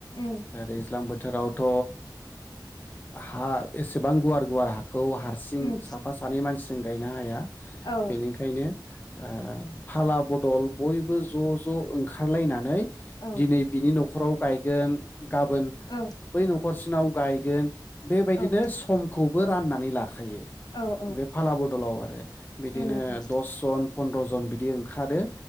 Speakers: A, on the left; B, on the left.
A: उम
B: दैज्लां बोथोरावथ' हा एस गोबां गुवार गुवार हाखौ हारसिं
A: उम
B: साफा सानै मानसिजों गायनो हाया
A: औ
B: बेनिखायनो आ फाला ब दल बयबो ज' ज' ओं ओंखारलायनानै
A: औ
B: दिनै बिनि न'खराव गायगोन गाबोन
A: औ
B: बै न'खरसिनाव गायगोन बेबायदिनो
A: औ
B: समखौबो राननानै लाखायो
A: औ औ
B: बे फाला बदलाव आरो बिदिनो
A: उम
B: दस जन फनद्रजन बिदिओंखारो